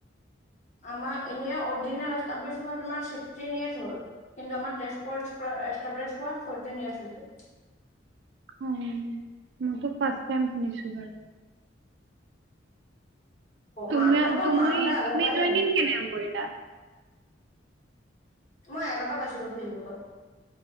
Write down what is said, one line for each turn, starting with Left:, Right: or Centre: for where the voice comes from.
Left: আমাৰ এনেই অৰিজিনেল এষ্টাবিল্ছ হোৱা তোমাৰ ছিক্সটিন ইয়েছ হ'ল কিন্তু আমাৰ তেজপুৰ অষ্টাবিৰিছ পোৱা হৈছে ফৰ্তিন য়েৰাছ হৈছে
Right: অ', মইতো ফাৰ্ষ টাইম শুনিছো বাৰু তুমি
Left: মা তোমালোকৰ মাহঁতে আগৰ
Right: তুমি
Left: পৰাই
Right: জইনিং
Left: জানে
Right: কেনে কৰিলা <unintelligible>
Left: মই এড এটাট পাইছিলো ফেচবুকত